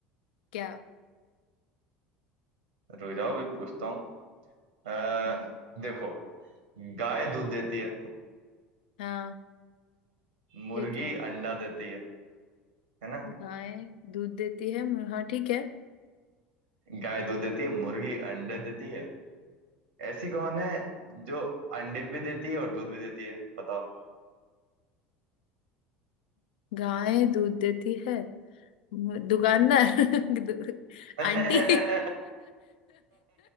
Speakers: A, on the left; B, on the right.
A: क्या
B: रुक जाओ अभी पूछता अ,
A: हम्म,
B: देखो गाय दूध देती है
A: हाँ
B: मुर्गी
A: ठीक है
B: अंडा देती है है ना
A: गाय दूध देती है मु- हाँ ठीक है
B: गाय दूध देती है मुर्गी अंडे देती है ऐसी कौन है जो अंडे भी देती है और दूध भी देती है बताओ
A: गाय दूध देती है मु- दुकानदार <laughs> दु-
B: <laughs>
A: आंटी